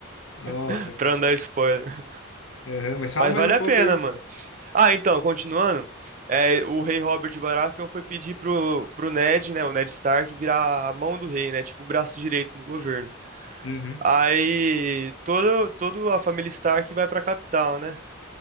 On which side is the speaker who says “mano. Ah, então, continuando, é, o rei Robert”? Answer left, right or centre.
Right